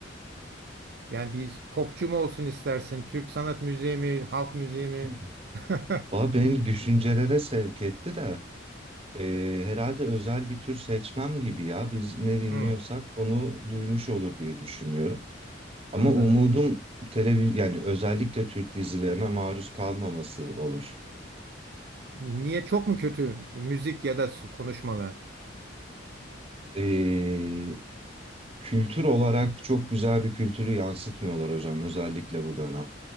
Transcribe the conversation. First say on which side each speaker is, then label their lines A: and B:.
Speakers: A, on the right; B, on the right.
A: Yani bir popçu mu olsun istersin? Türk sanat müziği mi? Halk müziği mi?
B: Hı hı.
A: <laughs>
B: Valla beni düşüncelere sevk etti de Ee, herhalde özel bir tür seçmem gibi ya. Biz ne dinliyorsak
A: Hmm,
B: onu duymuş olur diye düşünüyorum. Ama
A: anladım.
B: umudum televiz yani özellikle Türk dizilerine maruz kalmaması olur.
A: Niye çok mu kötü müzik ya da konuşmalar?
B: Ee, kültür olarak çok güzel bir kültürü yansıtmıyorlar hocam özellikle bu dönem.